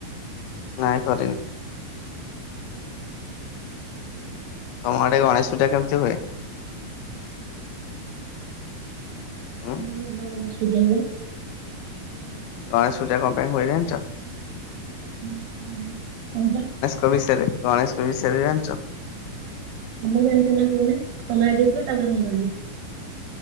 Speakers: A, on the left (about 85°); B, on the right (about 70°).
A: ନାଇଁ କରିନି। ତମ ଆଡେ ଗଣେଶ ପୂଜା କେମିତି ହୁଏ? ଉଁ
B: ହୁଁ ଭଲ ଗଣେଶ ପୂଜା ହୁଏ।
A: ଗଣେଶ ପୂଜା କଣ ପାଇଁ ହୁଏ ଜାଣିଚ?
B: ନା ଜାଣିନି କହିଲ।
A: କଉ ବିଷୟରେ ଗଣେଶଙ୍କ ବିଷୟରେ ଜାଣିଚ?
B: ତମେ ଜାଣିଚ ନା କୁହନା ତମେ ଆଗ କୁହ ତାପରେ ମୁଁ କହିବି।